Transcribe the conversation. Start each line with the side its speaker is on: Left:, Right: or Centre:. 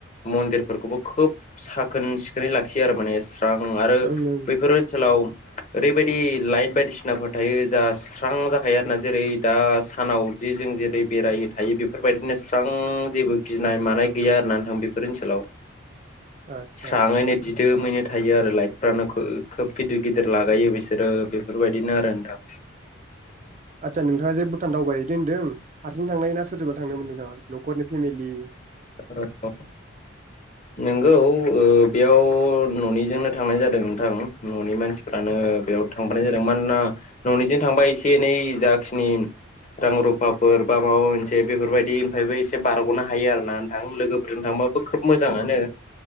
Left: मन्दिरफोरखौबो खोब साखोन सिखोनै लाखियो आरो माने। आं आरो
Right: ओं ओं
Left: बैफोर ओनसोलाव ओरैबायदि लाइट बायदिसिनाफोर थायो जा स्रां जा थायो आरोना जेरै दा सानावदि जों जेरै बेराय थायो बेफोरबायदिनो स्रां जेबो गिनाय मानाय गैया आरना नोंथां बेफोर ओनसोलाव।
Right: आदसा
Left: स्रांयैनो दि दोमैनो थायो आरो लाइटफ्रानो खोब खोब गिदिर गिदिर लागायो बिसोरो बेफोरबायदिनो आरो नोंथां।
Right: आदसा नोंथाङा जे भुटान दावबाय दों होनदों बिजों थांनाया सोरबा थांमोनोंथाङा न'खरनि फेमलि
Left: <unintelligible> नोंखौ ओ बेयाव न'निजोंनो थांनाय जादों नोंथां न'नि मानसि। फ्रानो
Right: औ
Left: बेयाव <unintelligible> खनाय जादों मानोना न'निजों थांबा एसे एनै जाखिनि रां रुफाफोर बा माबा मोनसे बेफोरबायदिनिफ्रायबो एसे बारग'नो हायो आरोना। आं लोगोफोरजों थांबाबो खोब मोजाङानो।